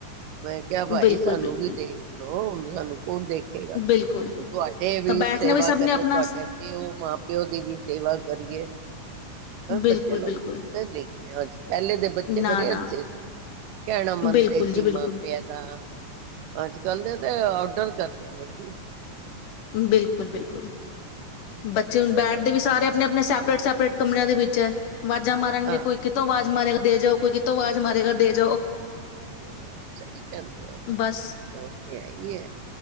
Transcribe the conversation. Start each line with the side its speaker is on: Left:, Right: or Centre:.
Right: ਮੈਂ ਕਿਹਾ ਭਾਈ
Left: ਬਿਲਕੁਲ,
Right: ਸਾਨੂੰ
Left: ਬਿਲਕੁਲ,
Right: ਵੀ ਦੇਖ ਲੋੋ ਹੋ ਹ ਸਾਨੂੰ ਹੁਣ ਦੇਖੇਗਾ
Left: ਬਿਲਕੁਲ।
Right: ਤੁਹਾਡੇ ਵੀ
Left: ਤਾਂ ਬੈਠਣਾ
Right: ਸੇਵਾ
Left: ਸਭ
Right: ਕਰੀਏ
Left: ਨੇ ਆਪਣਾ
Right: ਤੁਹਾਡੇ ਪਿਓ ਮਾਂ ਪਿਓ ਦੀ ਵੀ ਸੇਵਾ ਕਰੀਏ। ਪਰ
Left: ਬਿਲਕੁਲ,
Right: ਬੱਚੇ ਲੋਕ
Left: ਬਿਲਕੁਲ,
Right: ਸੁਣਦੇ ਨਹੀਂ ਅੱਜ ਪਹਿਲੇ ਦੇ ਬੱਚੇ
Left: ਨਾ,
Right: ਬੜੇ
Left: ਨਾ।
Right: ਅੱਛੇ ਸੀ। ਕਹਿਣਾ ਮੰਨਦੇ
Left: ਬਿਲਕੁਲ
Right: ਸੀ
Left: ਜੀ ਬਿਲਕੁਲ,
Right: ਮਾਪਿਆਂ ਦਾ ਅੱਜ ਕੱਲ ਦੇ ਤੇ ਔਡਰ ਕਰਦੇ ਨੇ ਜੀ।
Left: ਬਿਲਕੁਲ-ਬਿਲਕੁਲ ਬੱਚੇ ਹੁਣ ਬੈਠਦੇ ਵੀ ਸਾਰੇ ਆਪਣੇ ਆਪਣੇ-ਆਪਣੇ ਸੈਪਰੇਟ-ਸੈਪਰੇਟ ਕਮਰਿਆਂ ਦੇ ਵਿੱਚ ਹੈ। ਆਵਾਜ਼ਾਂ ਮਾਰਨਗੇ
Right: ਆਹ
Left: ਕੋਈ ਕਿਤੋਂ ਆਵਾਜ਼ ਮਾਰੇਗਾ। ਦੇ ਜਾਓ ਕੋਈ ਕਿਤੋਂ ਆਵਾਜ਼ ਮਾਰੇਗਾ ਦੇ ਜਾਓ।
Right: ਹਮ ਸਹੀ ਕਹਿੰਦੇ ਹੋ
Left: ਬਸ
Right: ਉਹ ਤੇ ਹੈ ਹੀ ਹੈ।